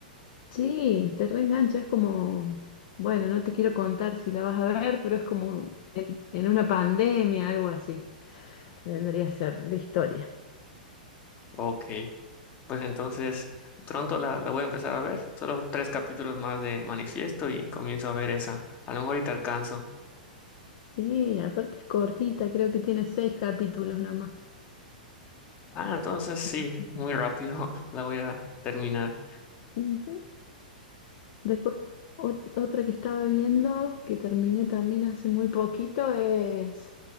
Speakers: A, on the left (about 50°); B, on the left (about 30°).
A: Sí, te reengancha, es como, bueno, no te quiero contar si la vas a ver, pero es como un- en, en una pandemia, algo así. vendría a ser la historia.
B: Ok. Pues entonces pronto la, la voy a empezar a ver. Solo tres capítulos más de Manifiesto y comienzo a ver esa. A lo mejor y te alcanzo.
A: Sí, aparte es cortita, creo que tiene seis capítulos nomás.
B: Ah, entonces sí,
A: Así que,
B: muy rápido <laughs> la voy a terminar.
A: ujú. Después, ot- otra que estaba viendo, que terminé también hace muy poquito, es,